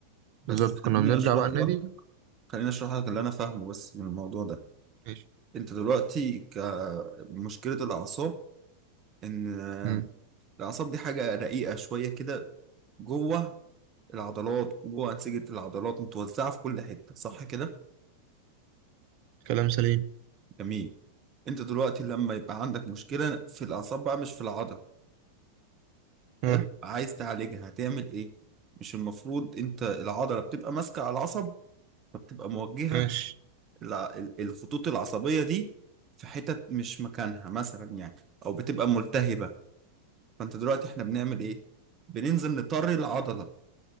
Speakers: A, on the right; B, on the right.
A: بس
B: بالظبط
A: خليني
B: كنا بنرجع
A: اشرح
B: بقى النادي
A: لك خليني اشرح لك اللي انا فاهمه بس من الموضوع ده
B: ماشي
A: انت دلوقتي كمشكلة الأعصاب إن
B: مم.
A: الأعصاب دي حاجة رقيقة شوية كده جوه العضلات جوه أنسجة العضلات متوزعة في كل حتة صح كده؟
B: كلام سليم
A: جميل انت دلوقتي لما يبقى عندك مشكلة في الأعصاب بقى مش في العضلة
B: اه
A: حلو عايز تعالجها هتعمل إيه؟ مش المفروض انت العضلة بتبقى ماسكة على العصب فبتبقى موجهة
B: ماشي
A: الع- الخطوط العصبية دي في حتت مش مكانها مثلا يعني أو بتبقى ملتهبة فانت دلوقتي احنا بنعمل ايه بننزل نطري العضله